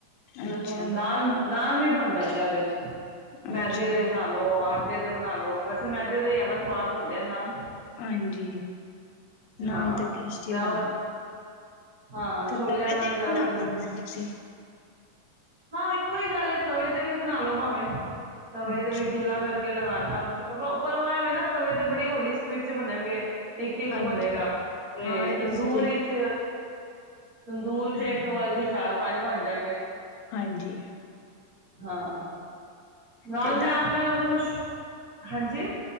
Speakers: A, on the right (about 85°); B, on the left (about 90°).
A: ਬੜੇ
B: ਅੱਛਾ
A: ਸੋਹਣੇ ਨਾਨ ਨਾਨ ਵੀ ਬਨ ਜਾਂਦੇ ਆ ਉਹਦੇ ਚ।
B: ਅੱਛਾ
A: ਮੈਦੇ ਦੇ ਬਨਾ ਲਓ। ਉਹ ਆਟੇ ਤੇ ਬਣਾ ਲੋ, ਵੈਸੇ ਮੈਦੇ ਦੇ ਜ਼ਿਆਦਾ ਸਵਾਦ ਬਨਦੇ ਏ ਨਾਨ।
B: ਹਾਂਜੀ ਨਾਨ
A: ਹਾਂ
B: ਤੇ ਟੇਸਟੀ
A: ਮੈਂ
B: ਬਨਦਾਏ।
A: ਉਹ ਹਾਂ
B: ਤੇ
A: ਛੋਲਿਆਂ
B: ਤਵੇ
A: ਨਾਲ
B: ਤੇ ਵੀ
A: ਜ਼ਿਆਦਾ
B: ਬਣਾ ਲੈਂਦੇ
A: ਬ
B: ਹੋ ਤੁਸੀਂ।
A: ਹਾਂ, ਇੱਕੋ ਹੀ ਗੱਲ ਏ। ਤਵੇ ਤੇ ਵੀ ਬਨਾ ਲੋ ਭਾਵੇਂ। ਤਵੇ
B: ਅੱਛਾ
A: ਤੇ ਵੀ ਗਿੱਲਾ ਕਰਕੇ ਲਗਾ ਪਰ ਉਹ ਵੇ ਤਵੇ ਤੇ ਬੜੀ ਹੋਲੀ ਸਪੀਡ ਚ ਬਨਣਗੇ। ਇੱਕ ਇੱਕ
B: ਹਾਂਜੀ
A: ਬਣੇਗਾ ਤੇ
B: ਹਾਂ ਇਹਦੇ
A: ਤੰਦੂਰ
B: ਚ
A: ਇਚ ਤੰਦੂਰ
B: ਹਾਂਜੀ
A: ਚ ਇਕ ਵਾਰ ਚ ਚਾਰ ਪੰਜ ਬਣ ਜਾੰਗੇ।
B: ਹਾਂਜੀ।
A: ਹਾਂ। ਨਾਲ
B: ਤੇ ਨਾਨ
A: ਮੈਂ ਆਪ ਮੈਂ ਉਹਨਾ ਮਸ਼ ਹਾਂਜੀ।